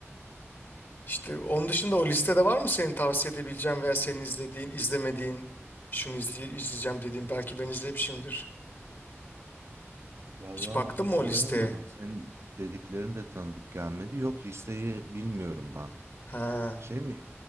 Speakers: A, on the left; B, on the right.
A: İşte onun dışında o listede var mı senin tavsiye edebileceğin veya senin izlediğin, izlemediğin, şunu izley izleyeceğim dediğin belki ben izlemişimdir.
B: Vallahi
A: Hiç baktın
B: hatırlayamadım.
A: mı o listeye?
B: Senin dediklerin de tanıdık gelmedi. Yok listeyi bilmiyorum ben.
A: Ha.
B: Şey mi?